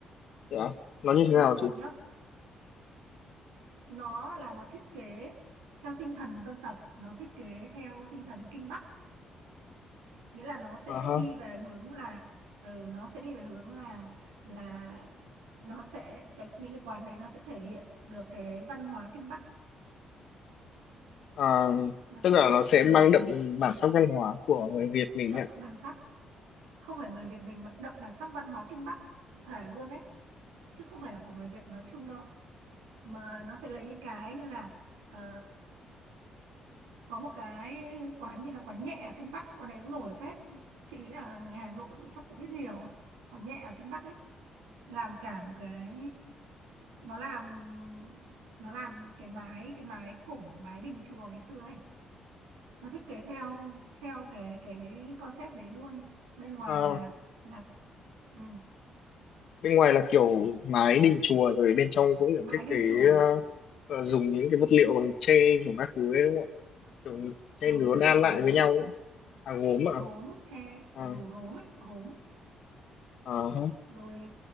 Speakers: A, on the left; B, on the right.
A: dạ, nó như thế
B: mặc
A: nào
B: dù
A: chứ
B: nhá nó là nó thiết kế theo tinh thần dân tộc nó thiết kế theo tinh thần Kinh Bắc nghĩa là nó sẽ
A: Ờ hả.
B: đi về hướng là ừ, nó sẽ đi về hướng là là nó sẽ cái, những cái quán đấy nó sẽ thể hiện được cái văn hóa Kinh Bắc
A: Ờ,
B: nó
A: tức
B: sẽ
A: là
B: thích
A: nó sẽ
B: ừ,
A: mang đậm bản sắc văn hóa của người Việt mình
B: đậm
A: ạ.
B: bản sắc không phải người Việt mình mà đậm bản sắc văn hóa Kinh Bắc cụ thể luôn đấy chứ không phải là của người Việt nói chung đâu mà nó sẽ lấy những cái như là ờ, có một cái quán như là quán nhẹ ở Kinh Bắc quán đấy cũng nổi phết chị nghĩ là người Hà Nội chắc cũng biết nhiều ấy. quán nhẹ ở Kinh Bắc ấy làm cả một cái nó làm nó làm cái mái cái mái cổ mái đình chùa ngày xưa ấy nó thiết kế theo theo cái cái concept đấy luôn bên ngoài
A: Ờ,
B: là là ừ,
A: bên ngoài là kiểu mái đình chùa rồi bên trong cũng
B: mái
A: được thiết
B: đình
A: kế
B: chùa
A: ờ, ờ, dùng những cái vật liệu bằng tre của các thứ ấy đúng không ạ? Kiểu tre
B: dùng
A: nứa
B: những cái
A: đan
B: vật liệu
A: lại
B: gốm
A: với nhau
B: ấy
A: ấy. à gốm ạ.
B: gốm tre
A: À,
B: ừ, gốm ấy gốm
A: à,
B: rồi